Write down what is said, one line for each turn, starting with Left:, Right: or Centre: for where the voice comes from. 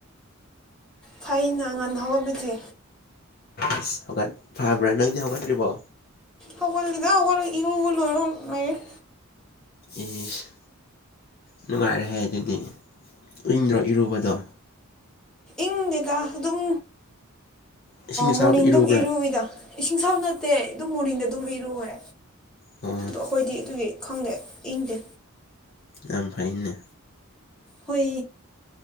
Centre: ꯐꯩꯅ ꯉꯥꯟꯅ ꯍꯧꯒꯠꯄꯗꯤ
Left: ꯑꯁꯠ ꯐꯕ꯭ꯔꯥ ꯅꯪꯗꯤ ꯍꯧꯒꯠꯇ꯭ꯔꯤꯕꯣ
Centre: ꯍꯧꯒꯠꯂꯤꯗ ꯍꯧꯒꯠꯏ ꯏꯔꯨꯒꯂꯣꯏꯔ ꯂꯩꯔꯦ
Left: ꯑꯁ ꯅꯨꯡꯉꯥꯏꯔꯍꯦ ꯑꯗꯨꯗꯤ ꯏꯪꯗ꯭ꯔꯣ ꯏꯔꯨꯕꯗꯣ
Centre: ꯏꯪꯗꯦꯗ ꯑꯗꯨꯝ
Left: ꯏꯁꯤꯡ ꯑꯁꯥꯕ
Centre: ꯃꯣꯔꯅꯤꯡ
Left: ꯏꯔꯨꯕ꯭ꯔꯥ
Centre: ꯗꯨꯝ ꯏꯔꯨꯋꯤꯗ ꯏꯁꯤꯡ ꯁꯥꯕ ꯅꯠꯇꯦ ꯑꯗꯨꯝ ꯃꯣꯔꯅꯤꯡꯗ ꯑꯗꯨꯝ ꯏꯔꯨꯑꯦ
Left: ꯑꯣ
Centre: ꯑꯗꯣ ꯈꯣꯏꯗꯤ ꯑꯗꯨꯒꯤ ꯈꯪꯗꯦ ꯏꯪꯗꯦ
Left: ꯌꯥꯝ ꯐꯩꯅꯦ
Centre: ꯍꯨꯏ